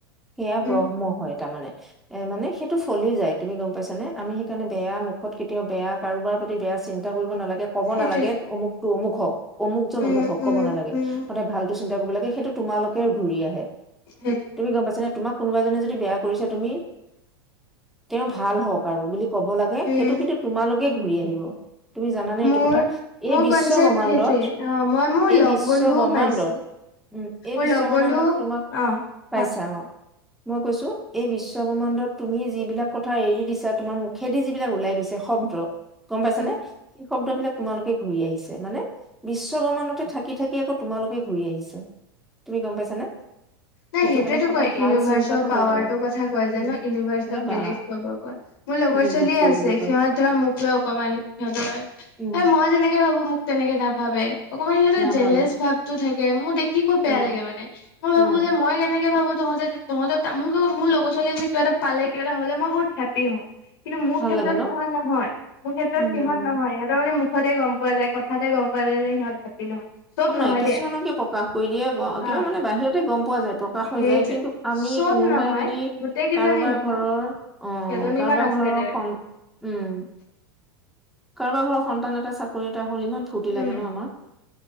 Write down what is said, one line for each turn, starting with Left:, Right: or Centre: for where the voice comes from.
Centre: সেয়া ব্ৰহ্ম
Left: উম
Centre: হয় তাৰমানে- এ মানে সেইটো ফলি যায় তুমি গম পাইছা নে। আমি সেইকাৰণে বেয়া মুখত কেতিয়াও বেয়া কাৰোবাৰ প্ৰতি বেয়া- চিন্তা কৰিব নালাগে, ক'ব
Left: সেইটোৱে
Centre: নালাগে অমুকতটো অমুক হওঁক, অমুকজন
Left: উম
Centre: অমুক হওঁক
Left: উম
Centre: কব নালাগে।
Left: উম
Centre: সদায় ভালটো - চিন্তা কৰিব লাগে সেইটো তোমালোকে ঘূৰি আহে।
Left: সেইটো-
Centre: তুমি গম পাইছা নে, তোমাক কোনোবা জনে যদি বেয়া কৰিছে তুমি তেওঁ ভাল হওঁক আৰু বুলি- কব লাগে।
Left: উম
Centre: সেইটো কিন্তু তোমালোকে ঘূৰি আহিব, তুমি জানানে এইটো
Left: মোৰ
Centre: কথা? এই
Left: মোৰ
Centre: বিশ্ব- বিশ্ব
Left: কনচেপ্ট
Centre: ব্ৰহ্মাণ্ডত
Left: সেইটোৱে অ মই মোৰ
Centre: এই
Left: লগ
Centre: বিশ্ব
Left: বন্ধুও
Centre: ব্ৰহ্মাণ্ডত-
Left: পাইছো
Centre: উম,
Left: মোৰ
Centre: এই বিশ্ব
Left: লগ
Centre: ব্ৰহ্মাণ্ডত
Left: বন্ধু
Centre: তোমাক
Left: অ কোৱা
Centre: পাইছা অ'। মই কৈছো এই বিশ্ব ব্ৰহ্মাণ্ডত তুমি যিবিলাক কথা এৰি দিছা তোমাৰ মু- খেদি যিবিলাক ওলাই গৈছে শব্দ- গম পাইছ
Left: উম
Centre: নে, সেই শব্দবিলাক তোমালোকে ঘূৰি আহিছে মানে বিশ্ব ব্ৰহ্মাণ্ড- ত থাকি থাকি আকৌ তোমালোকে ঘূৰি আহিছে, তুমি গম পাইছানে?
Left: নাই
Centre: সেইটো
Left: সেইটোয়েতো
Centre: কাৰণে সদায়
Left: কয় ইউনিভাৰ্চৰ
Centre: ভাল চিন্তাটো
Left: পাৱাৰটোৰ
Centre: কৰিব লাগে
Left: কথা কয়
Centre: উম
Left: যে ন' ইউনিভাৰ্চক
Centre: এ বা
Left: বিলিভ কৰিব কয়। মোৰ লগৰ
Centre: বিলিভ
Left: ছোৱালীয়ে
Centre: কৰিবলৈ
Left: আছে
Centre: কয়
Left: সিহঁত ধৰ মোক লৈ অকমান সিহঁতৰ,
Centre: উম
Left: এই মই যেনেকে ভাবো মোক- তেনেকে নাভাবে, অকমান সিহঁতৰ
Centre: নাভাবে
Left: জলেছ ভাৱটো থাকে। মোক দেখি- খুব বেয়া
Centre: উম
Left: লাগে মানে। মই ভাবো
Centre: উম
Left: যে মই কেনেকে ভাবো তহঁতে- তহঁতে তমোলমোৰ মোৰ লগ ছোৱালী যে কিবাটা পালে, কিবাটা হ'লে মই বহুত হেপি হওঁ। কিন্তু মোৰ
Centre: ভাল
Left: ক্ষেত্ৰত
Centre: লাগে ন
Left: সিহঁত নহয়, মোৰ ক্ষেত্ৰত
Centre: উম
Left: সিহঁত
Centre: উম
Left: নহয়। সিহঁত- তাৰ মানে মুখতে গম পোৱা যায়, কথাতে গম পোৱা যায় যে সিহঁত হেপি নহয়। চব
Centre: অ‍ঁ নাই
Left: নহয়
Centre: কিছুমানকে
Left: দেই
Centre: প্ৰকাশ কৰি দিয়ে, গ
Left: অ'।
Centre: কিবা মানে বাহিৰতে গম পোৱা যায়। প্ৰকাশ
Left: সেইটোৱে
Centre: হৈ যায়। কিন্তু আমি
Left: চব
Centre: কোনোবাই
Left: নহয়
Centre: যদি
Left: গোটেই কেইজনী
Centre: কাৰোবাৰ
Left: নহয়
Centre: ঘৰৰ- অঁ,
Left: কেইজনীমান
Centre: কাৰোবাৰ
Left: আছে
Centre: ঘৰৰ
Left: তেনেকুৱা
Centre: উম- কাৰোবাৰ ঘৰৰ সন্তান এটা চাকৰি এটা হ'ল ইমান ফূৰ্তি
Left: উম
Centre: লাগে ন আমাৰ।